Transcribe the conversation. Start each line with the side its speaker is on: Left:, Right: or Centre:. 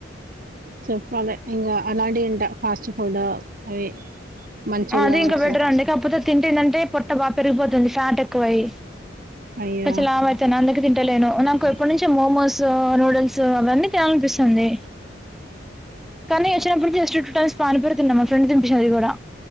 Right: చెప్పాలె ఇంగ అలాంటియి తింట ఫాస్ట్ ఫుడ్ అవి. మంచూరియన్స్
Centre: అది ఇంకా బెటర్ అండి కాకపోతే తింటేందంటే పొట్ట బాపెరిగిపోతుంది ఫ్యాట్ ఎక్కువ అయి.
Right: అయ్యా
Centre: చ్చ లావయితున్నా అందుకే తింటలేను. నాకు ఎప్పటి నుంచో మోమోస్, న్యూడల్స్ అవన్నీ తినాలనిపిస్తుంది. కానీ వచ్చినప్పుడు జస్ట్ టూ టైమ్స్ పానిపూరి తిన్నా మా ఫ్రెండ్ తినిపిచ్చింది అది కూడా.